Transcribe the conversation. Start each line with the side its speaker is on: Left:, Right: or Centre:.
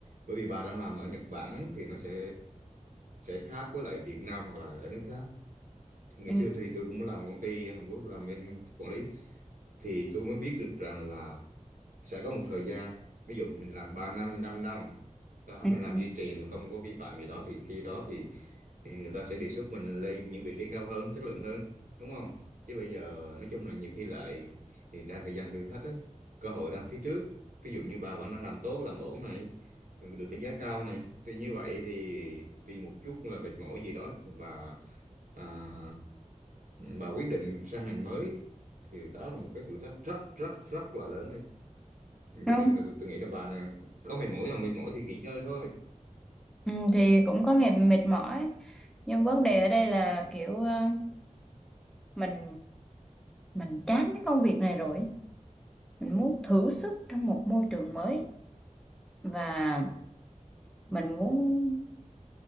Right: bởi vì bà đang làm ở Nhật Bản thì nó sẽ sẽ khác với lại Việt Nam hoặc là ở nước khác ngày
Centre: ừ,
Right: xưa thì tôi cũng làm công ty Hàn Quốc làm bên quản lý thì tôi mới biết được rằng là sẽ có một thời gian ví dụ mình làm 3 năm 5 năm đó
Centre: ừ.
Right: mình làm duy trì mà không có vi phạm gì đó thì khi đó thì thì người ta sẽ đề xuất mình lên những vị trí cao hơn chất lượng hơn đúng không chứ bây giờ nói chung là nhiều khi lại thì đang thời gian thử thách ấy, cơ hội đang phía trước ví dụ như bà vẫn đang làm tốt làm ổn này được đánh giá cao này thì như vậy thì vì một chút là mệt mỏi gì đó thì bà à, bà quyết định sang ngành mới thì đó là một cái thử thách rất rất rất là lớn đấy
Centre: không
Right: cho nên là tôi, tôi nghĩ là bà nè, có mệt mỏi không mệt mỏi thì nghỉ ngơi thôi
Centre: ừ, thì cũng có ngày mệt mỏi nhưng vấn đề ở đây là kiểu ờ, mình mình chán cái công việc này rồi mình muốn thử sức trong một môi trường mới và mình muốn